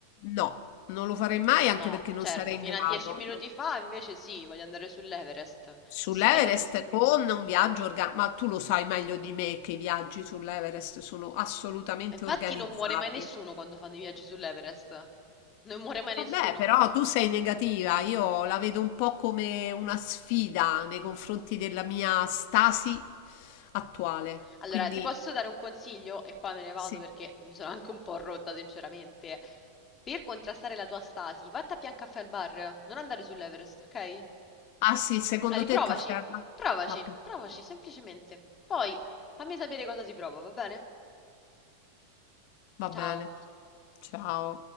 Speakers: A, on the left; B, on the left.
A: No, non lo farei mai anche
B: No,
A: perché non
B: certo,
A: sarei
B: fino
A: in grado.
B: a dieci minuti fa invece sì, voglio andare sull'Everest.
A: Sull'Everest
B: Chi se ne frega.
A: con un viaggio organizzato, ma tu lo sai meglio di me che i viaggi sull'Everest sono assolutamente
B: Infatti
A: organizzati.
B: non muore mai nessuno quando fanno i viaggi sull'Everest. Non muore mai nessuno.
A: Vabbè, però tu sei negativa, io la vedo un po' come una sfida nei confronti della mia stasi attuale.
B: Allora,
A: Quindi
B: ti posso dare un consiglio e poi me ne vado
A: sì.
B: perché mi sono anche un po' rotta, sinceramente. Per contrastare la tua stasi, vatti a Biancaffè al bar, non andare sull'Everest, ok?
A: Ah sì, secondo
B: Magari
A: te
B: provaci,
A: il caffè al ma
B: provaci,
A: ma per
B: provaci
A: favore.
B: semplicemente. Poi fammi sapere cosa si prova, va bene?
A: Va
B: Ciao.
A: bene. Ciao.